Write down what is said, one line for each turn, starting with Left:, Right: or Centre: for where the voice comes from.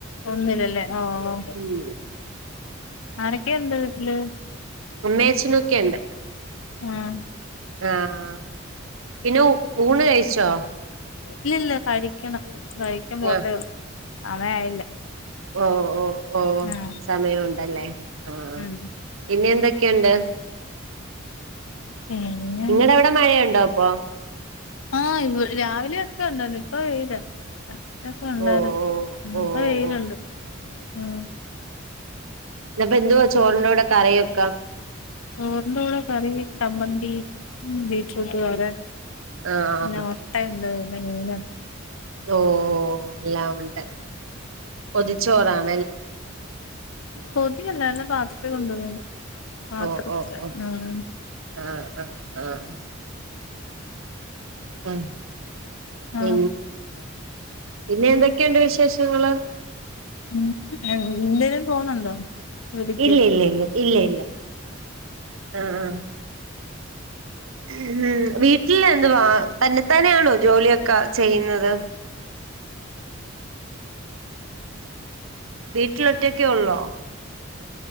Left: ഒന്നില്ലല്ലേ ഓഹ്
Right: ഉം
Left: ആരൊക്കെയിണ്ട് വീട്ടില്?
Right: അമ്മേ അച്ചനോക്കെയിണ്ട്.
Left: ആഹ്
Right: ആഹ് പിന്നെ ഊണ് കഴിച്ചോ
Left: ഇല്ലില്ല കഴിക്കണം കഴി <unintelligible>
Right: ആഹ്
Left: സമയായില്ല
Right: ഓഹ് ഓഹ് ഓഹ്
Left: ആ
Right: സമയോണ്ടല്ലേ. ആഹ്
Left: ഉം
Right: ഇനി എന്തൊക്കെണ്ട്
Left: <unintelligible>
Right: നിങ്ങടെ അവിടെ മഴയുണ്ടോ അപ്പൊ
Left: ആഹ് ഇ രാവിലെയൊക്കെ ഉണ്ടാര്ന്ന് ഇപ്പ വെയിലാ ഒക്കെ ഉണ്ടാര്ന്നു.
Right: ഓ ഓ
Left: ഇപ്പ വെയിലുണ്ട്
Right: ഓ ഓ
Left: ഉം
Right: ഇന്ന്പ്പൊ എന്തുവാ ചോറിന്റെ കൂടെ കറിയൊക്കെ?
Left: ചോറിന്റെ കൂടെ കറി ചമ്മന്തി, ബീറ്റ്റൂട്ട് തോരൻ
Right: ആഹ്
Left: ഇല്ല മൊട്ടയ്ണ്ട് <unintelligible>
Right: ഓഹ് എല്ലാം ഒണ്ട് പൊതിച്ചോറാണ്.
Left: പൊതിയല്ല പാത്രത്തിൽ കൊണ്ട വരാണ്. പാത്രത്തില
Right: ഓ ഓ ഓ
Left: ഉം
Right: ആഹ് ആഹ് ആഹ് ഉം പി
Left: ആഹ്
Right: പിന്നെ എന്തൊക്കെയുണ്ട് വിശേഷങ്ങള്?
Left: ഉം എന്തേലും പോകുന്നുണ്ടോ ജോലിക്ക്?
Right: ഇല്ല ഇല്ല ഇല്ല ഇല്ല ആഹ് ഉം വീട്ടിൽ എന്ത്വാ തന്നെത്താനെയാണോ ജോലിയൊക്കെ ചെയ്യുന്നത്? വീട്ടിൽ ഒറ്റക്കെ ഒള്ളോ